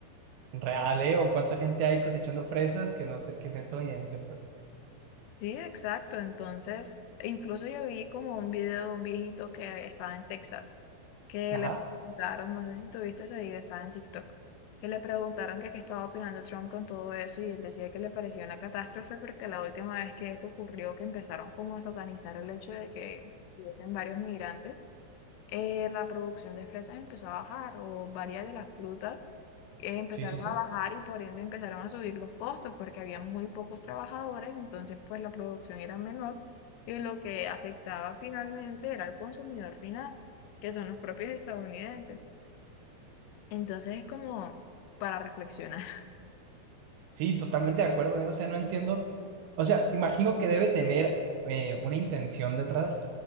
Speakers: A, on the right (about 80°); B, on the left (about 85°).
A: real, ¿eh? O cuánta gente hay cosechando fresas que no sé, que es estadounidense, pues.
B: Sí, exacto. Entonces, e incluso yo vi como un video de un viejito que estaba en Texas, que
A: Ajá.
B: le preguntaron, no sé si tuviste ese video, estaba en TikTok, que le preguntaron que qué estaba opinando Trump con todo eso y él decía que le parecía una catástrofe porque la última vez que eso ocurrió, que empezaron como a satanizar el hecho de que hubiesen varios migrantes. eh, la producción de fresas empezó a bajar o varias de las frutas eh, empezaron
A: Sí, sí, sí.
B: a bajar y por ende empezaron a subir los costos porque había muy pocos trabajadores, entonces pues la producción era menor y lo que afectaba finalmente era al consumidor final, que son los propios estadounidenses. Entonces es como para reflexionar.
A: Sí, totalmente de acuerdo, ¿eh? O sea, no entiendo. O sea, imagino que debe tener eh, una intención detrás,